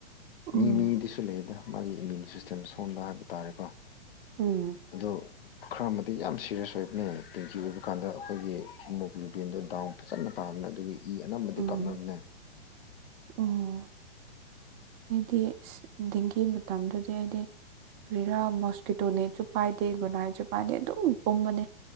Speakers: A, on the right; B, on the left.
A: ꯎꯝ
B: ꯃꯤ ꯃꯤꯗꯁꯨ ꯂꯩꯌꯦꯗ ꯃꯥꯒꯤ ꯏꯃ꯭ꯌꯨꯟ ꯁꯤꯁꯇꯦꯝ ꯁꯣꯟꯕ ꯍꯥꯏꯕ ꯇꯥꯔꯦꯀꯣ
A: ꯎꯝ
B: ꯑꯗꯣ ꯈ꯭ꯔ ꯑꯃꯗꯤ ꯌꯥꯝ ꯁꯤꯔꯤꯌꯁ ꯑꯣꯏꯕꯅꯦ ꯗꯦꯡꯒꯤ ꯑꯣꯏꯕ ꯀꯥꯟꯗ ꯑꯩꯈꯣꯏꯒꯤ ꯍꯤꯃꯣꯒ꯭ꯂꯨꯕꯤꯟꯗꯣ ꯗꯥꯎꯟ ꯐꯖꯅ ꯇꯥꯕꯅꯦ ꯑꯗꯨꯒꯤ ꯏ ꯑꯅꯝꯕꯗꯤ
A: ꯎꯝ
B: ꯀꯞꯅꯕꯅꯦ
A: ꯑꯣ ꯑꯩꯗꯤ ꯗꯦꯡꯒꯤ ꯃꯇꯝꯗꯨꯗꯤ ꯑꯩꯗꯤ ꯀ꯭ꯔꯤꯔꯥ ꯃꯣꯁꯀꯤꯇꯣ ꯅꯦꯠꯁꯨ ꯄꯥꯏꯗꯦ ꯒꯨꯅꯥꯁꯨ ꯄꯥꯏꯗꯦ ꯑꯗꯨꯝ ꯄꯨꯝꯕꯅꯦ